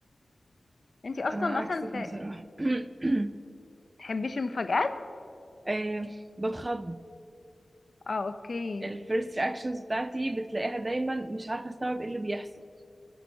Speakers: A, on the left; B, on the right.
A: انتي اصلا
B: انا عكسك
A: مثلا في
B: بصراحه <clears throat>
A: تحبيش المفاجآت
B: آه، بتخض
A: اه اوكي
B: الفيرست رياكشنز بتاعتي بتلاقيها دايما مش عارفه استوعب ايه اللي بيحصل